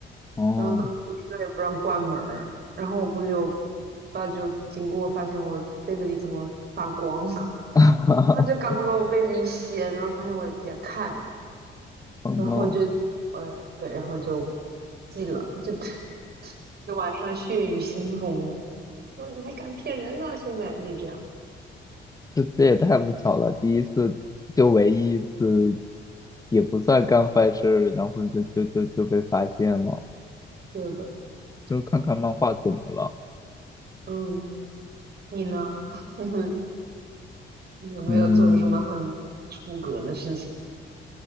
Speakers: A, on the left; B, on the right.
A: 哦
B: 然后当时我宿舍也不让关门儿，然后我估计我爸就经过发现我被子里怎么发光了，<laughs>
A: <laughs>
B: 他就赶快把我被子一掀，然后发现我也看，
A: ，Oh
B: 然后就
A: no，
B: 呃对，然后就记了，就 <laughs> 就晚上血雨腥风的，说你还敢骗人啊，现在就这样，
A: 这这也太不巧了，第一次就唯一一次，也不算干坏事儿，然后就就就就被发现了。
B: 对吧？
A: 就看看漫画怎么了？
B: 哎嗯。你呢？<laughs> 你们你有没有做出什么很出格的事情？
A: 嗯，